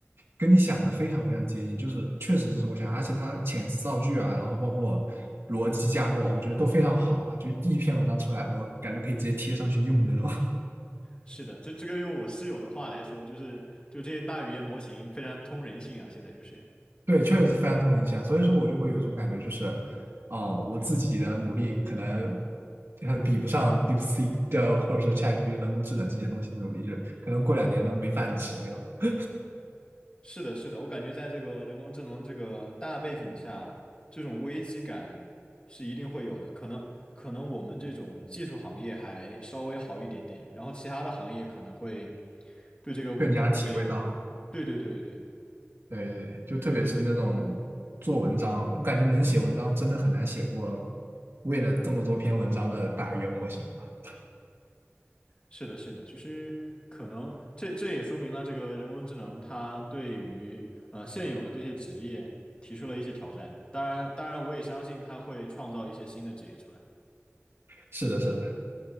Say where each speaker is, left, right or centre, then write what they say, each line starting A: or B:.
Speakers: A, on the right; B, on the left.
A: 跟你想的非常非常接近，就是确实是我想，而且他遣词造句啊，然后包括逻辑架构啊，我觉得都非常好啊，就一篇文章出来，我感觉可以直接贴上去用的那种。<laughs>
B: 是的，这这个用我室友的话来说，就是就这些大语言模型非常通人性啊，现在就是。
A: 对，确实是非常通人性啊，所以说我就会有一种感觉，就是哦、我自己的努力可能。呃比不上 DeepSeek 的，或者说 ChatG p t 人工智能这些东西的努力，就可能过两年都没饭吃了要，<laughs>
B: 是的，是的，我感觉在这个人工智能这个大背景下，这种危机感是一定会有的。可能可能我们这种技术行业还稍微好一点点，然后其他的行业可能会对这个问题会，
A: 更加体会到。
B: 对对对对对。
A: 对对，就特别是那种做文章，我感觉能写文章真的很难写过为了这么多篇文章的大语言模型吧。
B: 是的，是的，就是可能这这也说明了这个人工智能它对于呃现有的这些职业提出了一些挑战。当然，当然我也相信它会创造一些新的职业出来。
A: 是的，是的，